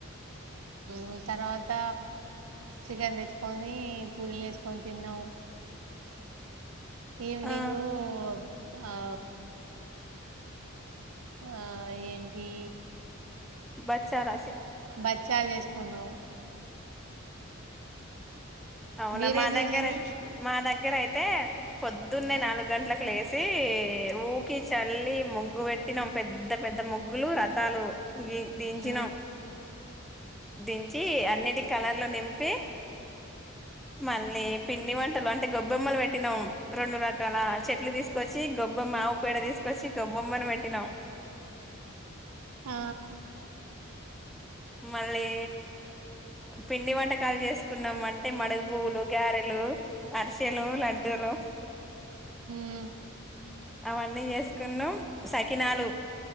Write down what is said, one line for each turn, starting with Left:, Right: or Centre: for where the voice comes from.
Right: లు తర్వాత చికెన్ తెచ్చుకొని పూరీలు యేసుకొని తిన్నం ఈవినింగు
Centre: ఆ
Right: ఆ ఆ ఏంటి
Centre: బచారాశి
Right: బచ్చాలు చేసుకున్నం
Centre: అవునా
Right: మీరేం
Centre: మా
Right: చేసిరు
Centre: దగ్గర మా దగ్గర అయితే పొద్దున్నే
Right: ఆ
Centre: నాలుగు గంటలకు లేసి ఊకి చల్లి ముగ్గు పెట్టిన పెద్ద పెద్ద ముగ్గులు రథాలు దించినం
Right: ఆ
Centre: దించి అన్నిటికి కలర్ లు నింపి మళ్ళీ పిండి వంటలు అంటే గొబ్బెమ్మలు పెట్టినాం రొండు రకాల చెట్లు తీసుకొచ్చి గొబ్బెమ్మ మావ పేడ తీసుకొచ్చి గొబ్బొమ్మని పెట్టినాం
Right: ఆ
Centre: మళ్ళీ పిండి వంటకాలు చేసుకున్నాం అంటే మడుగు పువ్వులు గ్యారెలు అరిషెలు లడ్డులు
Right: ఊ
Centre: అవన్నీ చేసుకున్నం సకినాలు